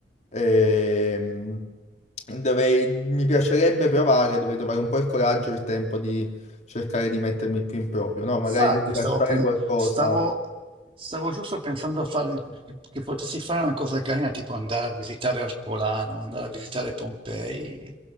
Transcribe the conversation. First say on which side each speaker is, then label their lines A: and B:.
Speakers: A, on the left; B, on the right.
A: Ehm, dovrei- mi piacerebbe provare, dovrei trovare un po' il coraggio e il tempo di cercare di mettermi più in proprio, no? Magari
B: Sa
A: quindi
B: che
A: lasciare
B: stavo, pen-
A: qualcosa.
B: stavo, stavo giusto pensando a fare, che potessi fare una cosa carina, tipo andare a visitare Ercolano, andare a visitare Pompei